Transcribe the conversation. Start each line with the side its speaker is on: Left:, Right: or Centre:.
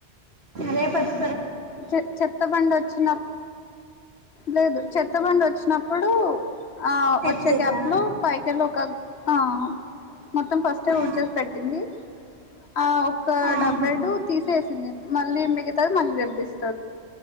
Right: రేపట్
Left: చెత్ చెత్త బండి వచ్చినప్ లేదు చెత్తబండి వచ్చినప్పుడు ఆ
Right: ఎత్తిర్రా
Left: ఒచ్చే గ్యాప్ లో పైకెల్ ఒక ఆ మొత్తం ఫస్టే
Right: ఆ
Left: ఊడ్చేసి పెట్టింది ఆ ఒక
Right: ఆహా
Left: డబ్బెడు తీసేసింది మళ్ళీ మిగతది మళ్ళీ రేప్ దిస్